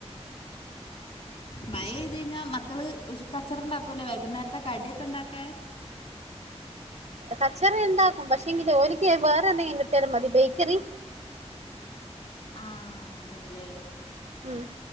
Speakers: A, on the left (about 65°); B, on the right (about 75°).
A: മയ ഇത് കഴിഞ്ഞാ മക്കള് കച്ചറ ഉണ്ടാക്കൂല്ലേ വൈകുന്നേരത്തെ കടിയൊക്കെ ഇണ്ടാക്കാ
B: കച്ചറ ഉണ്ടാക്കും പക്ഷെങ്കില് ഒരിക്ക് വേറെ എന്തെങ്കിലും കിട്ടിയാലും മതി ബേക്കറി.
A: ആ അങ്ങനല്ലേ.
B: ഉം